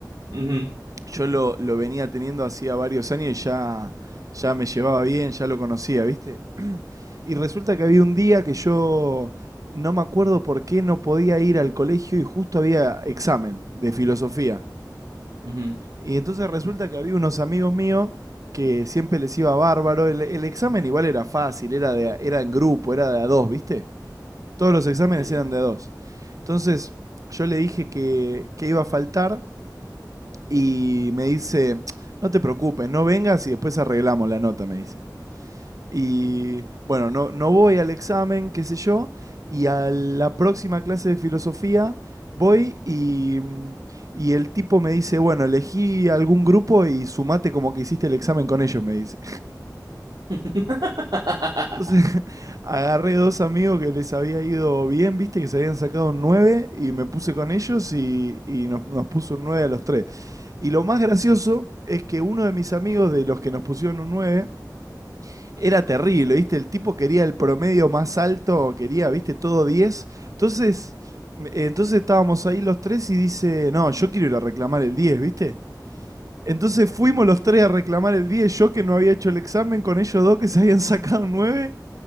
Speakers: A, on the right; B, on the right.
A: Ujú,
B: yo lo, lo venía teniendo hacía varios años y ya, ya me llevaba bien, ya lo conocía, ¿viste? Y resulta que había un día que yo no me acuerdo por qué no podía ir al colegio y justo había examen de filosofía.
A: ujú,
B: Y entonces resulta que había unos amigos míos que siempre les iba bárbaro. El, el examen igual era fácil, era, de, era en grupo, era de a dos, ¿viste? Todos los exámenes
A: sí.
B: eran de a dos. Entonces yo le dije que, que iba a faltar y me dice, no te preocupes, no vengas y después arreglamos la nota, me dice. Y bueno, no, no voy al examen, qué sé yo, y a la próxima clase de filosofía voy y, mm, y el tipo me dice, bueno, elegí algún grupo y sumate como que hiciste el examen con ellos, me dice.
A: <laughs>
B: Entonces <laughs> agarré dos amigos que les había ido bien, viste, que se habían sacado un 9 y me puse con ellos y, y nos, nos puso un 9 a los tres. Y lo más gracioso es que uno de mis amigos de los que nos pusieron un 9 era terrible, viste, el tipo quería el promedio más alto, quería, viste, todo 10. Entonces, me- entonces estábamos ahí los tres y dice, no, yo quiero ir a reclamar el 10, viste. Entonces fuimos los tres a reclamar el 10, yo que no había hecho el examen, con ellos dos que se habían <laughs> sacado un 9,